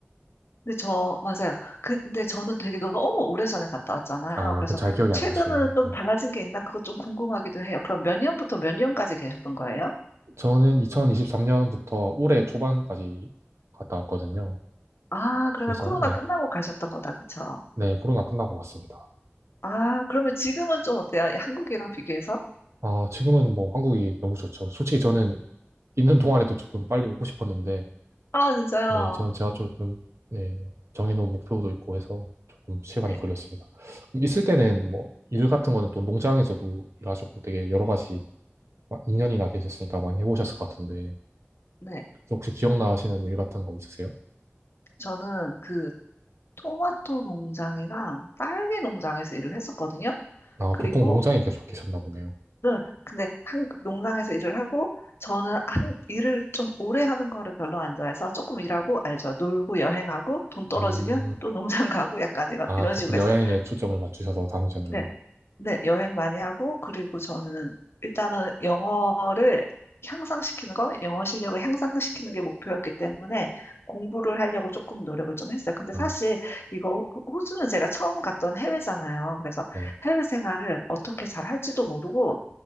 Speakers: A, on the left (about 65°); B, on the right (about 80°).
A: 근데 저, 맞아요. 근데 저는 되게 너무 오래전에 갔다 왔잖아요.
B: 아,
A: 그래서
B: 그 잘 기억이
A: 최근으로
B: 안 나시네요.
A: 좀
B: 네.
A: 달라진 게 있나? 그거 좀 궁금하기도 해요. 그럼 몇 년부터 몇 년까지 계셨던 거예요?
B: 저는 2023년부터 올해 초반까지 갔다 왔거든요.
A: 아, 그러면
B: 그래서
A: 코로나
B: 네,
A: 끝나고 가셨던 거다. 그쵸?
B: 네 코로나 끝나고 왔습니다.
A: 아, 그러면 지금은 좀 어때요? 한국이랑 비교해서?
B: 아, 지금은 뭐 한국이 너무 좋죠. 솔직히 저는 있는 동안에도 조금 빨리 오고 싶었는데
A: 아, 진짜요?
B: 네, 저는 제가 조금, 네, 정해놓은 목표도 있고 해서 조금 시간이
A: 네,
B: 걸렸습니다. 그럼 있을 때는 뭐, 일 같은 거는 또 농장에서도 일하셨고 되게 여러 가지 이년이나 계셨으니까 많이 해보셨을 것 같은데,
A: 네.
B: 혹시 기억나시는 일 같은 거 있으세요?
A: 저는 그 토마토 농장이랑 딸기 농장에서 일을 했었거든요.
B: 아,
A: 그리고
B: 보통 농장에 계속 계셨나 보네요.
A: 네, 근데 한 농장에서 일을 하고 저는 한 일을 좀 오래 하는 거를 별로 안 좋아해서 조금 일하고 알죠. 놀고 여행하고 돈 떨어지면
B: 음,
A: 또 농장 <laughs> 가고 약간 이런
B: 아,
A: 이런
B: 조금
A: 식으로
B: 여행에
A: 했어요.
B: 초점을 맞추셔서 다니셨네요.
A: 네, 네, 여행 많이 하고 그리고 저는 일단은 영어를 향상시키는 거, 영어 실력을 향상시키는 게 목표였기 때문에 공부를 하려고 조금 노력을 좀 했어요. 근데
B: 아,
A: 사실 이거 호- 호주는 제가 처음 갔던 해외잖아요. 그래서
B: 네.
A: 해외 생활을 어떻게 잘 할지도 모르고